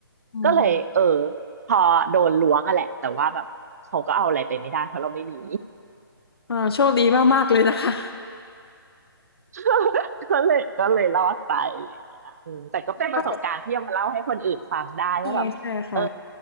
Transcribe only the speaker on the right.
ก็เลยเออพอโดนล้วงอะแหละแต่ว่าแบบเขาก็เอาอะไรไปไม่ได้เพราะเราไม่มี
<laughs> ก็เลยก็เลยรอดไปอะไรอย่างเงี้ยอืมแต่ก็เป็นประสบการณ์ที่เอามาเล่าให้คนอื่นฟังได้ว่าแบบเออ